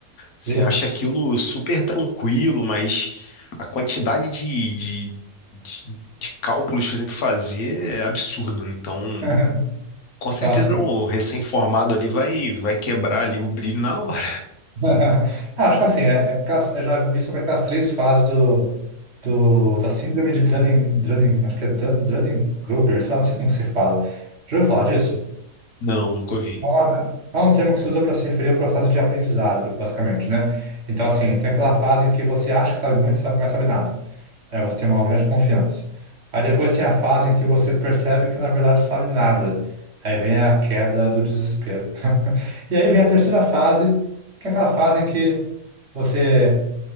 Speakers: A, on the left (about 80°); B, on the right (about 50°).
A: Você
B: eita.
A: acha aquilo super tranquilo, mas a quantidade de, de, de- de cálculos que você tem que fazer é absurdo, né? Então,
B: <laughs>
A: com certeza
B: Então, assim,
A: o recém-formado ali vai, vai quebrar ali o brilho na hora.
B: <laughs> Ah, Acho que assim, né? é cas- Eu já vi sobre aquelas três fases do, do, da síndrome de Dunning, Dunning, acho que é Dun, Dunning-Kruger, sei lá, não sei como se fala. Já ouviu falar disso?
A: <laughs> Não, nunca ouvi.
B: É uma- é um termo que se usa para se referir ao processo de aprendizado, basicamente, né? Então, assim, tem aquela fase em que você acha que sabe muito, sabe, mas sabe nada. Aí você tem uma grande confiança. Aí depois tem a fase em que você percebe que na verdade sabe nada. Aí vem a queda do desespero. <laughs> E aí vem a terceira fase, que é aquela fase em que você